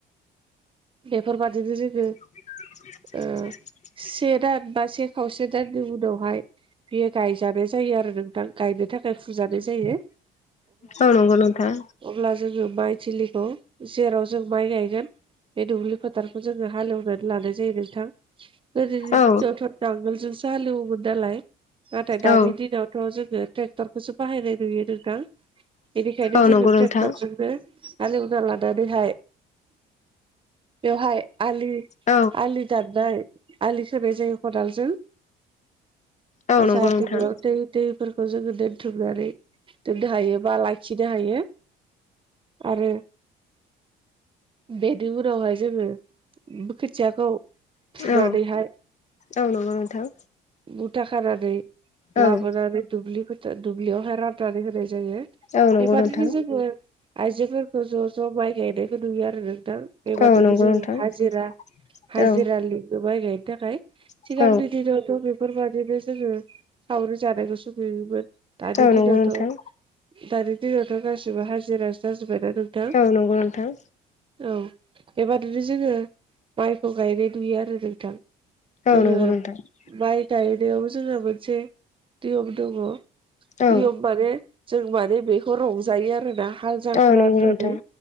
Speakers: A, on the right; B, on the left.
A: बेफोरबादिनो जोङो
B: <inaudible>
A: ओ से दान बा से खावसे दाननि उनावहाय बेयो गायजानाय जायो आरो नोंथां गायनो थाखाय फुजानाय जायो‌।
B: औ नंगौ नोंथां
A: अब्ला जोङो माइ थिलिखौ जेराव जों माइ गायगोन बे दुब्लि फोथारखौ जोङो हालेवनानै लानाय जायो नोंथां गोदोनि
B: औ
A: दिनावथ' नांगोलजों <unintelligible> दालाय नाथाय दानि
B: औ
A: दिनावथ' जोङो ट्रेक्टरखौसो बाहायनाय नुयो नोंथां। बेनिखायनो
B: औ
A: जोङो
B: नंगौ नोंथां
A: ट्रेक्टरजोंनो हालेवना लानानैहाय बेवहाय आलि
B: औ
A: आलि दारनाय आलि खोनाय जायो खदालजों।
B: औ नंगौ
A: जाहाथे
B: नोंथां
A: बेयाव दै-दैफोरखौ जोङो दोनथुमनानै दोननो हायो बा लाखिनो हायो आरो बेदि उनावहाय जोङो बो खोथियाखौ फुनानैहाय
B: औ औ नंगौ नोंथां।
A: मुथा खानानै
B: औ
A: लाबोनानै दुब्लि फोथा दुब्लियावहाय रान नानै होनाय जायो।
B: औ नंगौ
A: बेबादिनो
B: नोंथां
A: जोङो आइजोेंफोरखो ज' ज' माइ गायनायखो नुयो आरो नोंथां। बेबादिनो
B: औ नंगौ
A: जोङो
B: नोंथां
A: हाजिरा हाजिरा
B: औ
A: लिङो माइ गायनो थाखाय।
B: औ
A: सिगांनि दिनावथ' बे फोरबादिनो जोङो सावरि जानायखौसो नुयोमोन दानि
B: औ नंगौ
A: दिनावथ'
B: नोंथां
A: दानि दिनावथ' गासिबो हाजिरासो जाजोब्बायना नोंथा
B: औ नोंगौ नोंथां।
A: औ बेबादुरि जोङो माइखौ गायनाय नुयो आरो नोंथां। जोङो
B: औ नंगौ नोंथां
A: माइ गायनायाव जोंहा मोनसे नियम दङ। नियम
B: औ
A: माने जों माने बेखौ रंजायो आरो ना। हाल जांख्रा
B: औ नंगौ
A: होननानै
B: नोंथां